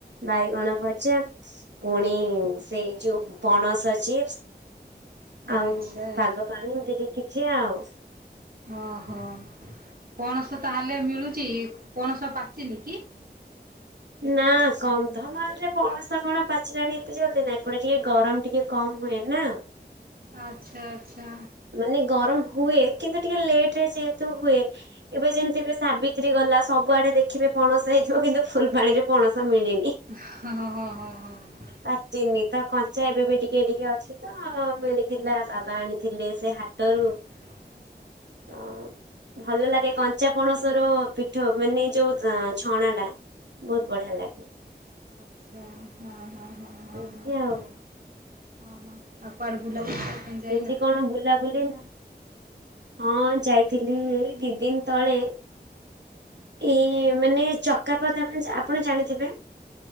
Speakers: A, on the right (about 85°); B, on the right (about 55°).
A: ବାଇଗଣ ଭଜା ପୁଣି ସେଇ ଯୋଉ ପଣସ ଚିପ୍ସ। ଆଉ
B: ଆଚ୍ଛା
A: ବାଗ ପାଣି ଏମିତି ଟିକେ କିଛି ଆଉ।
B: ଓହୋ ପଣସ ତାହଲେ ମିଳୁଚି? ପଣସ ପାଚିନି କି?
A: ନା କନ୍ଧମାଳରେ ପଣସ କଣ ପାଚିଲାଣି ଏତେ ଜଲ୍ଦି ନା? ଏପଟେ ଟିକେ ଗରମ ଟିକେ କମ ହୁଏ ନା।
B: ଆଛା ଆଚଛା।
A: ମାନେ ଗରମ ହୁଏ କିନ୍ତୁ ଟିକେ ଲେଟରେ ଯେହେତୁ ହୁଏ ଏବେ ଯେମିତି ବି ସାବି ତ୍ରି ଗଲା। ସବୁଆଡେ ଦେଖିବେ ପଣସ ହେଇଥିବ କିନ୍ତୁ ଫୁଲବାଣୀ ରେ ପଣସ ମିଳିନି।
B: ହଁ ହଁ ହଁ ହଁ ହଁ।
A: ପାଚିନି। ତ କଞ୍ଚା ଏବେ ବି ଟିକେ ଟିକେ ଅଛି ତ। ମିଳିଥିଲା ବାବା ଆଣୀ ଥିଲେ ସେ ହାଟରୁ।
B: ହଁ
A: ହଁ। ଭଲ ଲାଗେ କଞ୍ଚା ପଣସ ର ପିଠଉ ମାନେ ଯୋଉ ଛଣା ଟା। ବହୁତ ବଢିଆ ଲାଗେ।
B: ଆଚ୍ଛା ହଁ ହଁ ହଁ।
A: ଏମିତି ଆଉ।
B: ଅ ହଁ ଆଉ କୁଆଡେ ବୁଲାବୁଲି କରିବାପାଇଁ
A: କେମିତି
B: ଯାଇନ?
A: କଣ ବୁଲାବୁଲି ନା ହଁ ଯାଇଥିଲି ଏଇ ଦି ଦିନ୍ ତଳେ ଏଇ ମାନେ ଚ ଚକାପଦ ଆପଣ ଜା ଆପଣ ଜାଣିଥିବେ